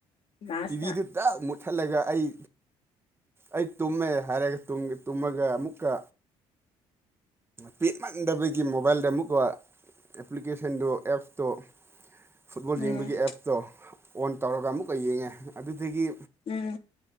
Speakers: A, on the left; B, on the right.
A: ꯂꯥꯁꯇ
B: ꯇꯤꯕꯤꯤꯗꯨꯠꯇ ꯃꯊꯠꯂꯒ ꯑꯩ ꯑꯩ ꯇꯨꯝꯃꯦ ꯍꯥꯏꯔꯒ ꯇꯨꯝꯃꯒ ꯑꯃꯨꯛꯀ ꯄꯦꯠꯃꯟꯗꯕꯒꯤ ꯃꯣꯕꯥꯏꯜꯗ ꯑꯃꯨꯛꯀ ꯑꯦꯄ꯭ꯂꯤꯀꯦꯁꯟꯗꯨꯣ ꯑꯦꯞꯇꯣ ꯐꯨꯠꯕꯣꯜ
A: ꯎꯝ
B: ꯌꯦꯡꯕꯒꯤ ꯑꯦꯞꯇꯣ ꯑꯣꯟ ꯇꯧꯔꯒ ꯑꯃꯨꯛꯀ ꯌꯦꯡꯉꯦ ꯑꯗꯨꯗꯒꯤ
A: ꯎꯝ